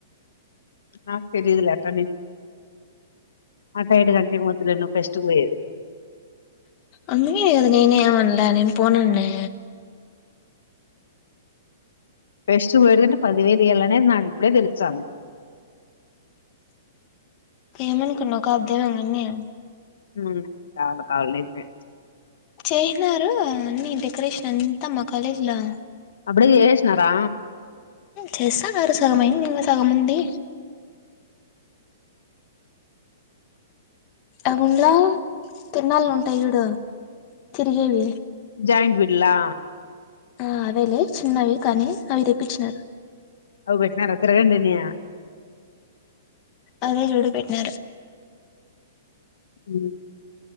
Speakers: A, on the left; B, on the left.
A: నాకు తెలియదు లే అట్టని అట ఏడు గంటే మొద్దులే నువ్ ఫెస్ట్ కు పోయేది
B: అన్ని గదా అది నేనే ఏమనలే నేను ఫోనునాన్నే
A: ఫస్ట్ వడ్ అంటే పదివేలు ఇయాలనేది నాకు ఇప్పుడే తెలుచాంది
B: ఎం అనుకున్నావు కబ్ దే అన్ని అని
A: ఉ చాలా కావాలి నీకు నేన్
B: చేసినారు అన్ని డెకరేషన్ అంతా మ కాలేజ్ ల
A: అప్పుడే ఏసినారా
B: చేస్తాన్నారు సగం అయింది ఇంగ సగం ఉంది అ గున్ లా తిరునాళ్లు ఉంటాయి చూడు తిరిగేవి
A: జాయింట్ విల్లా
B: ఆ అవేలే చిన్నవి కానీ అవి తెప్పించిన
A: అవు వెట్టినారా తిరగండనియ ఆ
B: అదే చూడు పెట్టినారు
A: ఉ